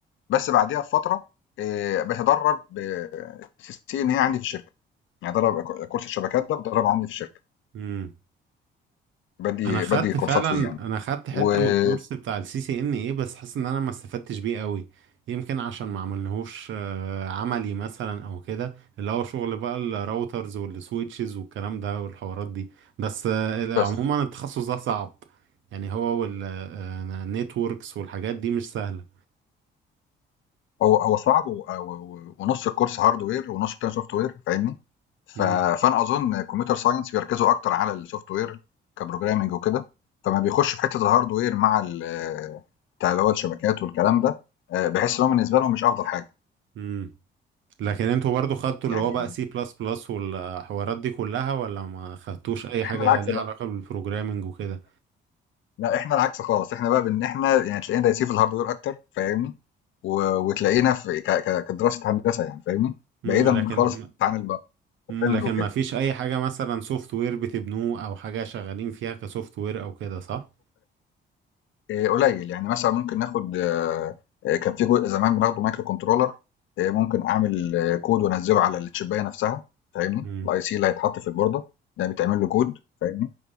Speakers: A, on the left; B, on the right.
A: بس بعديها بفترة آآ باتدرب في الCNA عندي في الشركة، يعني باتدرب ك كورس الشبكات ده باتدربه عندي في الشركة،
B: امم
A: بادّي
B: انا خدت
A: بادّي كورسات
B: فعلا
A: فيه يعني،
B: انا خدت حته
A: إمم.
B: من الكورس بتاع السي سي ان ايه بس حاسس ان انا ما استفدتش بيه قوي يمكن عشان ما عملناهوش آه، عملي مثلا او كده اللي هو شغل بقى الراوترز والسويتشز والكلام ده والحوارات دي بس آه،
A: وبس.
B: عموما التخصص ده صعب يعني هو والنتوركس والحاجات دي مش سهله
A: هو هو صعب و- آه، و- ونص الكورس هاردوير ونص التاني سوفت وير فاهمني ف-
B: امم
A: فانا اظن كمبيوتر ساينس بيركزوا اكتر على السوفت وير كبروجرامنج وكده فما بيخش في حته الهاردوير مع ال- بتاع اللي هو الشبكات والكلام ده آه، بحس ان هو بالنسبه لهم مش افضل حاجه
B: امم لكن انتوا برضو خدتوا
A: يعني
B: اللي هو بقى سي بلس بلس والحوارات دي كلها ولا ما خدتوش اي حاجه
A: احنا العكس
B: ليها
A: بقى
B: علاقه بالبروجرامنج وكده
A: لا احنا العكس خالص احنا بقى بان احنا يعني تلاقينا دايسين في الهاردوير اكتر فاهمني و- وتلاقينا في ك- ك- كدراسه هندسه يعني فاهمني
B: امم
A: بعيدا
B: لكن
A: خالص عن البروجرامنج
B: مم، لكن
A: وكده
B: ما فيش اي حاجة مثلا سوفت وير بتبنوه او حاجة شغالين فيها كسوفت وير او كده صح؟
A: آه، قليل يعني مثلا ممكن ناخد آه، آه، كان في جزء زمان بناخده مايكرو كنترولر آه، ممكن اعمل آه، كود وانزله على الشبايه نفسها فاهمني
B: امم
A: الاي سي اللي هيتحط في البورده ده بيتعمل له كود فاهمني